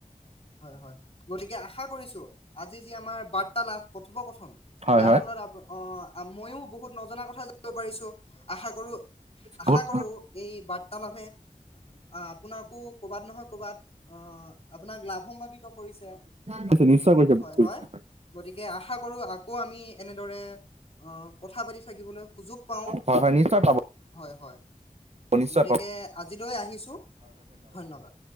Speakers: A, on the left; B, on the right.
A: হয় হয় হয় গতিকে আশা কৰিছো। আজি যি আমাৰ বাৰ্তালাভ কথোপকথন
B: হয়
A: ইয়াৰ
B: হয়
A: ফলত আপ অ' মই বহুত নজনা কথা যাব পাৰিছোঁ। আশা কৰোঁ‌। আশা
B: বহুত
A: কৰো এই বাৰ্তালাপে অ' আপোনাক। কৰ'বাত নহয় কৰ'বাত অ আপোনাক লাভ সম্িত <inaudible> কাঢ়িছে
B: কৰিছে নিশ্চয় কৰিছে বহুত
A: হয়
B: কৰিছে
A: হয় গতিকে আশা কৰো আকৌ আমি এনেদৰে অ' কথা পাতি থাকিবলৈ সুযোগ পাওঁ।
B: হয় হয় নিশ্চয় পাব
A: হয় হয়
B: নিশ্চয়
A: গতিকে
B: পাব
A: আজিলৈ আহিছোঁ ধন্যবাদ।